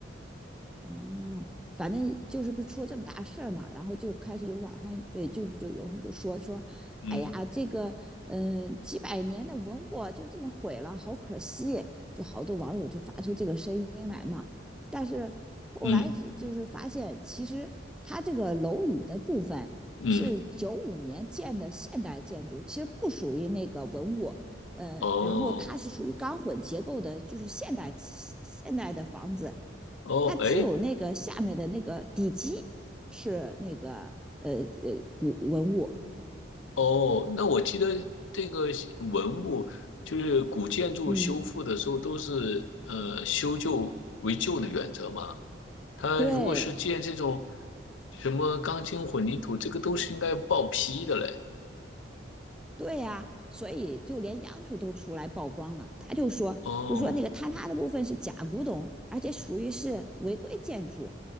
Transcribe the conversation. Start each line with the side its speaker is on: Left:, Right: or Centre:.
Centre: 哦，反正就是不是出了这么大事儿嘛，然后就开始有网上，呃，就是就有人就说说，
Left: 嗯
Centre: 哎呀，这个，嗯、几百年的文物就这么毁了，好可惜，就好多网友就发出这个声音来嘛。但是后来是就是发现，
Left: 嗯
Centre: 其实它这个楼宇的部分是九五年建的现代建筑，
Left: 嗯，
Centre: 其实不属于那个文物，呃，
Left: 哦
Centre: 然后它是属于钢混结构的，就是现代现代的房子。
Left: 哦，
Centre: 它只有那个下面的那个底基
Left: 哎
Centre: 是那个呃呃古文物，
Left: 哦，那我记得这个文物就是古建筑修复的时候都是呃修旧为旧的原则吗？
Centre: 嗯，
Left: 他如果是建这种
Centre: 对
Left: 什么钢筋混凝土，这个都是应该报批的嘞。
Centre: 对呀、啊所以就连央视都出来曝光了，他就说就说那个坍塌的部分是假古董，
Left: 哦，
Centre: 而且属于是违规建筑，